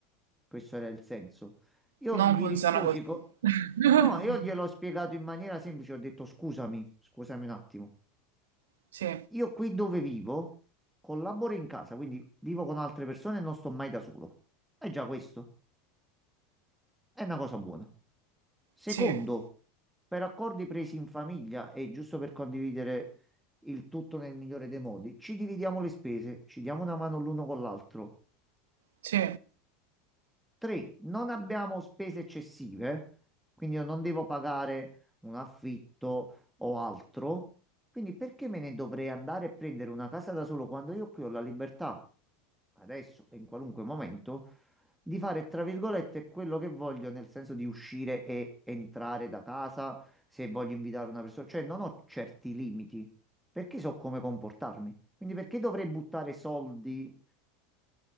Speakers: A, in the centre; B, on the right.
A: Questo era il senso. Io
B: Non
A: gli
B: funziona
A: risposi,
B: così.
A: co-
B: <laughs>
A: no, io gliel'ho spiegato in maniera semplice, ho detto scusami, scusami un attimo.
B: Sì,
A: Io qui dove vivo collaboro in casa, quindi vivo con altre persone e non sto mai da solo. È già questo, è una cosa buona. Secondo,
B: sì,
A: per accordi presi in famiglia e giusto per condividere il tutto nel migliore dei modi, ci dividiamo le spese, ci diamo una mano l'uno con l'altro.
B: sì.
A: Tre, non abbiamo spese eccessive, quindi io non devo pagare un affitto o altro. Quindi perché me ne dovrei andare e prendere una casa da solo quando io qui ho la libertà, adesso e in qualunque momento, di fare, tra virgolette, quello che voglio, nel senso di uscire e entrare da casa se voglio invitare una persona. Cioè non ho certi limiti, perché so come comportarmi. Quindi perché dovrei buttare soldi